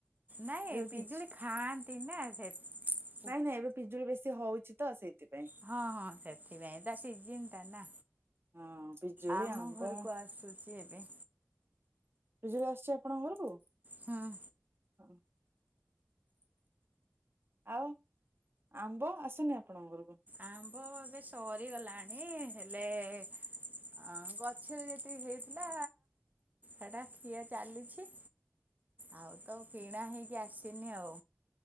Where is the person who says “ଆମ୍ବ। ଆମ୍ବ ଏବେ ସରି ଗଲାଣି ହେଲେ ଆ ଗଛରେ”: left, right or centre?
Right